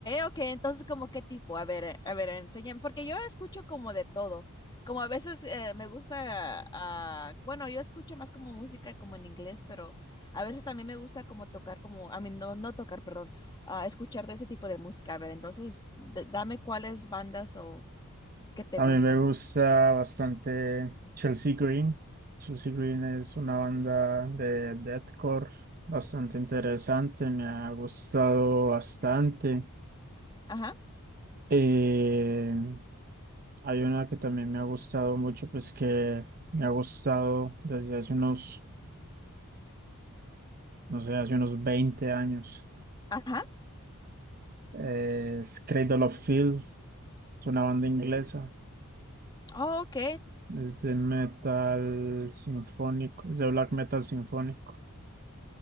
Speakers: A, on the left; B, on the right.
A: ok. Entonces, ¿como qué tipo? A ver, eh, a ver, enséñame, porque yo escucho como de todo. Como a veces eh, me gusta, ah, bueno, yo escucho más como música como en inglés, pero a veces también me gusta como tocar como, a mí no, no tocar, perdón, ah, escuchar de ese tipo de música. A ver, entonces, d- dame cuáles bandas o
B: <laughs>
A: que te
B: a
A: gusten.
B: mí me gusta bastante Chelsea Green. Chelsea Green es una banda de deathcore bastante interesante, me ha gustado bastante.
A: Ajá,
B: Eh, hay una que también me ha gustado mucho, pues que me ha gustado desde hace unos, no sé, hace unos 20 años.
A: ajá.
B: Eh, Es Cradle of Filth. Es una banda inglesa.
A: Oh, ok,
B: Es de metal sinfónico, es de black metal sinfónico.